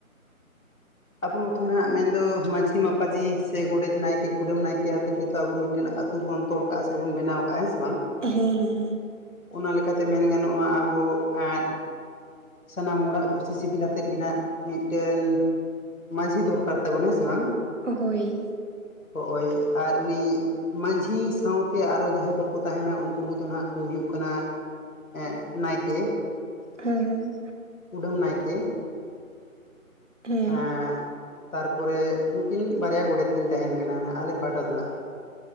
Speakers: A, on the right; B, on the left.
A: <inaudible>
B: ᱟᱵᱚ ᱢᱚᱛᱚ ᱱᱟᱸᱜ ᱢᱮᱱᱫᱚ ᱢᱟᱟᱹᱡᱷᱤ ᱢᱟᱯᱟᱡᱷᱤ ᱥᱮ ᱜᱚᱰᱮᱛ ᱱᱟᱭᱠᱮ ᱠᱩᱰᱟᱹᱢ ᱱᱟᱭᱠᱮ ᱟᱛᱮᱫ ᱜᱮᱛᱚ ᱟᱵᱚ ᱢᱤᱫᱴᱮᱱ ᱟᱛᱳ ᱵᱚᱱ᱾ ᱛᱚᱞ ᱠᱟᱜᱼᱟ ᱥᱮ ᱵᱚᱱ ᱵᱮᱱᱟᱣ ᱠᱟᱜᱼᱟ ᱦᱮᱸ ᱵᱟᱝ᱾
A: ᱦᱩᱸ ᱦᱩᱸ
B: ᱚᱱᱟ ᱞᱮᱠᱟᱛᱮ ᱢᱮᱱ ᱜᱟᱱᱚᱜᱼᱟ ᱟᱵᱚ ᱮᱸᱜ, ᱥᱟᱱᱟᱢ ᱦᱚᱲᱟᱜ ᱠᱩᱥᱤ ᱥᱤᱵᱤᱞ ᱟᱛᱮᱫ ᱜᱮ ᱱᱟᱜ ᱢᱤᱫᱴᱮᱱ᱾ ᱢᱟᱹᱡᱷᱤ ᱫᱚᱨᱠᱟᱨ ᱛᱟᱵᱚᱱᱟ ᱦᱮ ᱥᱮ ᱵᱟᱝ᱾
A: ᱦᱳᱭ
B: ᱦᱚᱜᱳᱭ ᱟᱨ ᱩᱱᱤ᱾ ᱢᱟᱹᱡᱷᱤ ᱥᱟᱶᱛᱮ ᱟᱨᱚ ᱡᱟᱦᱟᱸᱭ ᱠᱚᱠᱚ ᱛᱟᱦᱮᱱᱟ ᱩᱱᱠᱩ ᱠᱚᱫᱚ ᱱᱟᱜ ᱠᱚ ᱦᱩᱭᱩᱜ ᱠᱟᱱᱟ᱾ ᱮᱸᱜ ᱱᱟᱭᱠᱮ
A: ᱦᱩᱸ
B: ᱠᱩᱰᱟᱹᱢ ᱱᱟᱭᱠᱮ
A: ᱦᱮᱸ
B: ᱮᱸᱜ ᱛᱟᱨᱯᱚᱨᱮ ᱱᱩᱠᱤᱱ ᱵᱟᱨᱭᱟ ᱜᱚᱸᱰᱮᱛ ᱠᱤᱱ ᱛᱟᱦᱮᱱ ᱠᱟᱱᱟ ᱱᱟᱸᱜ ᱟᱞᱮ ᱯᱟᱦᱴᱟ ᱫᱚᱱᱟᱜ᱾